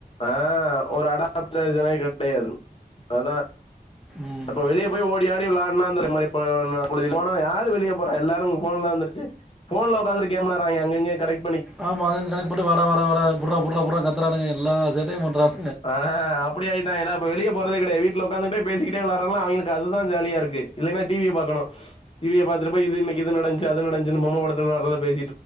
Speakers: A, on the left; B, in the centre.
A: ஆ ஒரு அடாப்டேஜனே கெடையாது அதா
B: ம்
A: இப்ப வெளியே போய் ஓடி ஆடி விளா ன்னா அந்த மார போன புழுதில போனா யார் வெளிய போற எல்லாரு போன் வந்துருச்சு போன்ல உக்காந்துட்டு கேம் விளயாடுறாய்ங்க அங்கங்க கெடைக்
B: ஆமாங்க கணக்குபோட்டு வாடா வாடா வாடா புட்ரா புட்ரா கத்துறானுங்க எல்லா சேட்டயு பண்றான்
A: ஆ அப்டி ஆயிட்டாய்ன்னா அப்ப வெளிய போறதே கெடையாது வீட்டல ஒக்காந்துட்டே பேசிகிட்டே வெளாறது அவிங்களுக்கு அதுதா ஜாலியா இருக்கு இல்லனா டி வி பாகணு டி விய பாக் பாத்துட்டு போய் இன்னைக்கு இது நடஞ்ச்சு அது நடஞ்ச்சுனு பொம்ம படத்தில அதுல பேசி